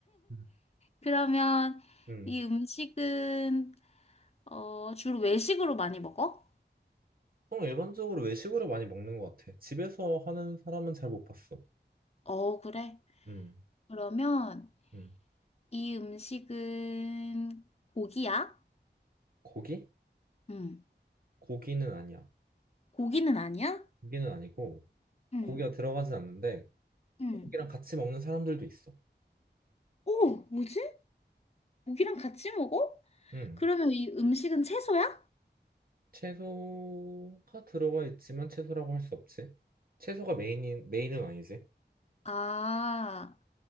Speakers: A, on the right (about 50°); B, on the left (about 35°).
A: 음.
B: 그러면
A: 음.
B: 이 음식은 어, 주로 외식으로 많이 먹어?
A: 보통 일반적으로 외식으로 많이 먹는 것 같아. 집에서 하는 사람은 잘 못 봤어.
B: 어, 그래.
A: 음,
B: 그러면
A: 음.
B: 이 음식은 고기야?
A: 고기?
B: 응.
A: 고기는 아니야.
B: 고기는 아니야?
A: 고기는 아니고,
B: 응.
A: 고기가 들어가진 않는데,
B: 응.
A: 고기랑 같이 먹는 사람들도 있어.
B: 오, 뭐지? 고기랑 같이 먹어?
A: 음,
B: 그러면 이 음식은 채소야?
A: 채소가 들어가 있지만 채소라고 할 수 없지. 채소가 메인인 메인은 아니지.
B: 아,